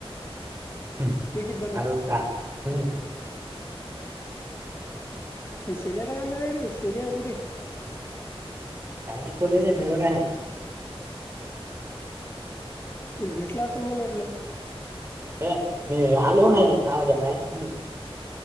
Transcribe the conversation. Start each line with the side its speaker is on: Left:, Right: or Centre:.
Right: भ
Left: किती
Right: द
Left: झाले
Right: हम्म <unintelligible>
Left: शिळ्याला काय मिळाले शिल्या कुठाय
Right: साायमोे मिळर आहे <unintelligible>
Left: तु भेटला असं मला वाटलं
Right: ह मी आलो नाही दहाच्या बाया <inaudible>